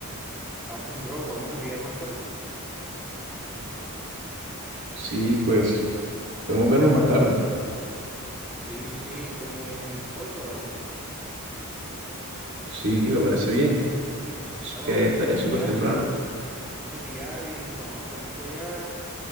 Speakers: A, in the centre; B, on the right.
A: Fácil, bro, vamos al billar más tarde.
B: Sí, pues podemos vernos más tarde.
A: Sí, sí, como en dos horas.
B: Sí, me parece bien. Es
A: Claro,
B: que
A: vamos
B: estaré
A: al billar
B: súper temprano.
A: y vamos al billar y nos tomamos alguito allá